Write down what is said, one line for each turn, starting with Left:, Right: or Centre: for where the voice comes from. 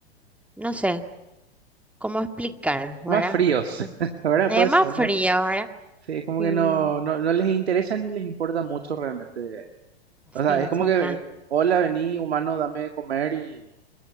Centre: no sé cómo explicar, ¿verdad?
Right: Más fríos,
Centre: Por-
Right: <laughs> ¿verdad?
Centre: Es
Right: Puede
Centre: más
Right: ser más
Centre: frío, ¿verdad?
Right: Sí, es como
Centre: Sí,
Right: que no, no, no les interesa ni les importa mucho realmente. O sea,
Centre: sí,
Right: es como
Centre: son
Right: que,
Centre: más,
Right: hola, vení, humano, dame de comer y